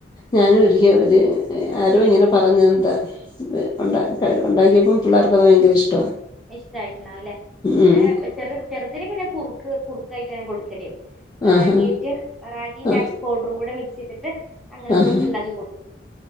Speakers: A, on the left; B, in the centre.
A: ഞാനും ഒരിക്കേ ഒരു ആരോ ഇങ്ങനെ പറഞ്ഞത് എന്താ ഉണ്ട ഉണ്ടാക്കിയപ്പം പിള്ളാർക്ക് അത് ഭയങ്കര ഇഷ്ട
B: ഇഷ്ടയിട്ടുണ്ടാവല്ലേ ഇവിടെ
A: ഉം
B: ചെർ ചെറുതിന് പിന്നെ കുർക്ക്‌ കുറുകയ് <unintelligible> ഇറാഗിയറ്റ്
A: ആഹാ
B: റാഗി നട്ട്സ്
A: ആഹ്
B: പൗഡറും കൂടെ മിക് ചെയ്തിട്ട് അങ്ങനെ
A: ആഹാ
B: കുറുക്കുണ്ടാക്കി കൊടുക്കും